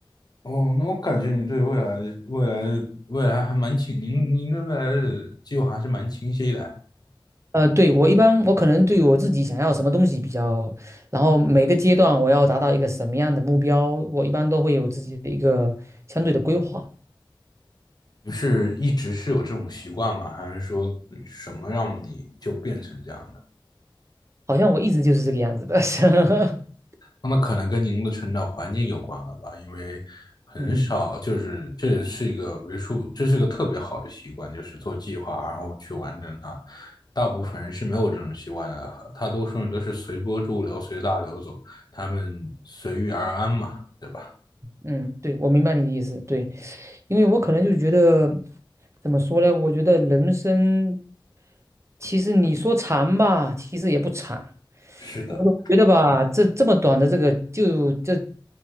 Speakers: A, on the left (about 50°); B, on the right (about 35°).
A: 哦，那我感觉你对未来的未来的未来还蛮清，您您对未来的计划还是蛮清晰的。
B: 呃，对，我一般我可能对我自己想要什么东西比较，然后每个阶段我要达到一个什么样的目标，我一般都会有自己的一个相对的规划。
A: 你是一直是有这种习惯吗？还是说什么让你就变成这样的？
B: 好像我一直就是这个样子的，<laughs>
A: 那么可能跟您的成长环境有关了吧，因为很少，
B: 嗯
A: 就是这是一个为数，这是个特别好的习惯，就是做计划，然后去完成它。大部分人是没有这种习惯的，大多数人都是随波逐流、随大流走，他们随遇而安嘛，对吧？
B: 嗯，对，我明白你的意思，对，因为我可能就觉得怎么说呢？我觉得人生其实你说长吧，其实也不长。
A: 是的，
B: 我总觉得吧，这这么短的这个，就这